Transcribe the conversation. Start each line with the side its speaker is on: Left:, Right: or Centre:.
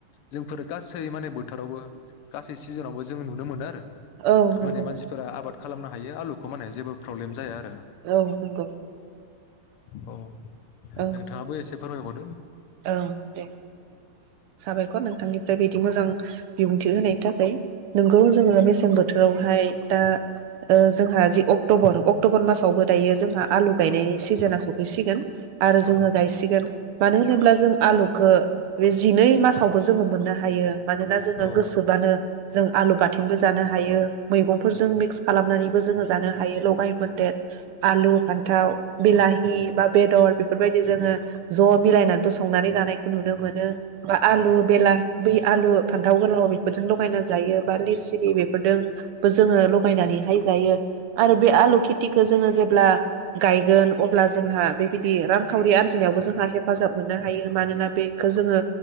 Left: जोंफोर गासै माने बोथोरावबो गासै सिजोनावबो जों नुनो मोनो आरो। माने
Right: औ नंगौ
Left: मानसिफोरा आबाद खालामना। हायो आलुखौ माने जेबो प्रब्लेम जाया। आरो
Right: औ नंगौ।
Left: औ।
Right: औ
Left: नोंथाङाबो एसे फोरमायहर
Right: औ दे साबायखर नोंथांनिफ्राय बिदि मोजां बिबुंथि होनायनि थाखाय नोंगौ जोंङो मेसें बोथोरावहाय दा ओ जोंहा जि अक्ट'बर अक्ट'बर मासावबो दायो जोंहा आलु गायनायनि सिजोना सफैसिगोन। आरो जोंङो
Left: औ
Right: गायसिगोन मानोहोनो जों आलुखौ रि जिनै मासावबो जोंङो मोननो हायो मानोना जोंङो
Left: औ
Right: गोसोबानो जों आलु बाथोनबो जानो हायो। मैगंफोरजों मिक्स खालामनानैबो जोंङो जानो हायो लगाय मोन्देर। आलु फान्थाव। बिलाहि बा बेदर बेफोरबायदि जोंङो। ज' मिलायनानै संनानै जानाय। नुनो मोनो बा आलु बेला आलु फान्थाव गोलाव बेफोरजों ल गायना जायो बा लिसिरि बेफोरदों जोंङो लगायनानैहाय जायो आरो बे आलु खेथिखौ जोंङो जेब्ला गायगोन अब्ला जोंहा बेबायदि रांखावरि आरजिनायावबो जोंहा हेफाजाब मोननो हायो मानोना बेखौ जोंङो